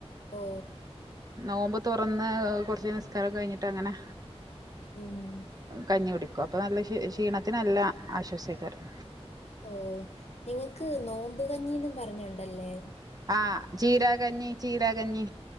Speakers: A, on the left; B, on the right.
A: ഓ
B: നോമ്പ് തുറന്ന് കുറച്ച് നിസ്കാരക്കൊ കഴിഞ്ഞിട്ട് അങ്ങനെ
A: ഏഹ്
B: കഞ്ഞി കുടിക്കും അപ്പം നല്ല ക്ഷീണത്തിന് നല്ല ആശ്വാസക്കാരം
A: ഓ നിങ്ങക്ക് നോമ്പ് കഞ്ഞിന്നു പറഞ്ഞോണ്ടല്ലേ
B: ആഹ് ചീരാകഞ്ഞി ചീരാകഞ്ഞി